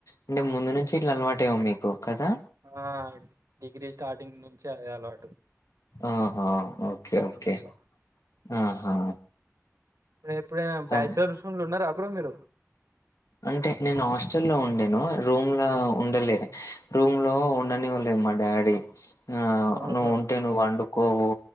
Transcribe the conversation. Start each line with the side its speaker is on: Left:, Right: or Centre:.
Left: అంటే ముందు నుంచి ఇట్లా అలవాటే ఉంది మీకు కదా
Right: ఆ డిగ్రీ స్టార్టింగ్ నుంచి అయ్యాల అటు
Left: ఆహా ఓకే ఓకే
Right: అట్లా
Left: ఆహా
Right: నేను ఎప్పుడైనా
Left: థాంక్
Right: బ్యాచిలర్స్ రూమ్లో ఉన్నార బ్రో మీరు
Left: అంటే నేను హాస్టల్లో ఉండేను రూమ్లో ఉండలే రూమ్లో ఉండనివ్వలేదు మా డాడి ఆ
Right: ఆహా
Left: నువ్వు ఉంటే నువ్వు వండుకోవు